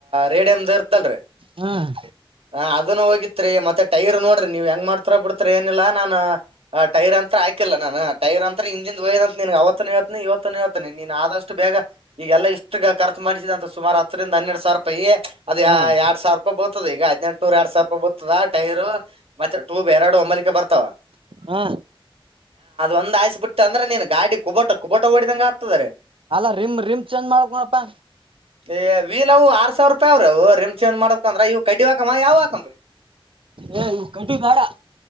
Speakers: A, on the right (about 80°); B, on the right (about 65°).
A: ರೇಡಿಯಮ್ದ ಇರ್ತಲ್ರಿ
B: ಹ್ಮ್
A: ಹ ಅದನ್ನು ಹೋಗಿತ್ರಿ ಮತ್ತೆ ಟೈರ್ ನೋಡ್ರಿ ನೀವ್ ಹೆಂಗ್ ಮಾಡ್ತ ಹತ್ರ ಬಿಡ್ತ್ರ್ ಏನಿಲ್ಲ ನಾನ ಆ ಟೈರ್ ಅಂತ್ರ ಹಾಕಿಲ್ಲ ನಾನು ಟೈರ್ ಅಂತರ್ ಇಂಜನ್ ಒಯ್ದ ಅಂತ್ ನಿನ್ಗ್ ಅವತ್ನ್ ಇವತ್ನಿ ಇವತ್ನ್ ಅವತ್ನಿ ನೀನ್ ಆದಷ್ಟು ಬೇಗ ಈಗಲ್ಲ ಇಷ್ಟು ಖರ್ಚು ಮಾಡಿಸಿದ ಅಂತ ಸುಮಾರ್ ಹತ್ತರಿಂದ ಹನ್ನರಡ್ ಸಾವ್ರುಪಾಯೀ ಅದ
B: ಹ್ಮ್
A: ಎರಡ್ ಸಾವರ್ ಬತದ ಈಗ ಹದಿನಂಟುನೂರ ಎರಡ್ಸಾವರ್ ರೂಪಾಯಿ ಬತ್ತದ ಟೈರ್ ಮತ್ತೆ ಟೂಬ್ ಎರಡು ಹೊಮ್ಮ್ಲಿಕ್ಕೆ ಬರ್ತಾವ
B: ಹಾ
A: ಒಂದ ಆಯ್ಸ್ ಬಿಟ್ಟ ಅಂದ್ರೆ ನೀನ್ ಗಾಡಿ ಕುಬೋಟ ಕುಬೋಟ ಓಡಿದಂಗೆ ಆಗ್ತಾದ್ರಿ
B: ಅಲ್ಲಾ ರಿಮ್ ರಿಮ್ ಚೇಂಜ್ ಮಾಡಕೋಣಪ್ಪಾ
A: ಏ ವೀಲವು ಅರ್ಸಾವರ್ರೂಪಾಯಿ ಅವ್ರೆವು ರಿಮ್ ಚೇಂಜ್ ಮಾಡಬೇಕ್ ಅಂದ್ರೆ ಇವು ಕಡಿವ ಕಮಾಯ ಯಾವ ಕಮರ್
B: ಏ ಇವು ಕಡ್ಡಿ ಬೇಡ